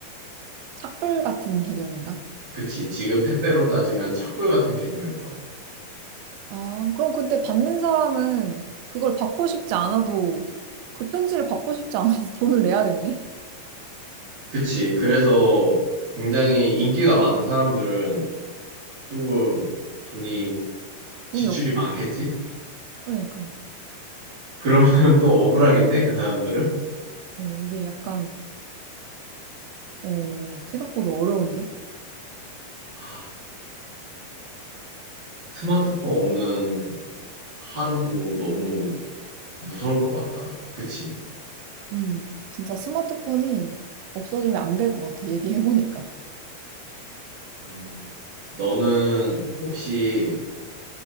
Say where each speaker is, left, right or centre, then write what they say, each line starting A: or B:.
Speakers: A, on the right (about 80°); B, on the right (about 55°).
A: 착불 같은 개념인가?
B: 그치. 지금 택배로 따지면 착불 같은 개념일 거야.
A: 아, 그럼 근데 받는 사람은 그걸 받고 싶지 않아도 그 편지를 받고 싶지 않아서 <laughs> 돈을 내야겠네?
B: 그치. 그래서 굉장히 인기가 많은 사람들은 조금 돈이
A: 돈이
B: 지출이
A: 없,
B: 많겠지?
A: 그러니까.
B: 그러면 <laughs> 또 억울하겠네, 그 사람들은.
A: 어, 이게 약간, 어, 생각보다 어려운데?
B: 아, 스마트폰 없는 하루도 너무 무서울 것 같다. 그치?
A: 음. 진짜 스마트폰이 없어지면 안 될 것 같아, 얘기해보니까.
B: 음, 너는 혹시,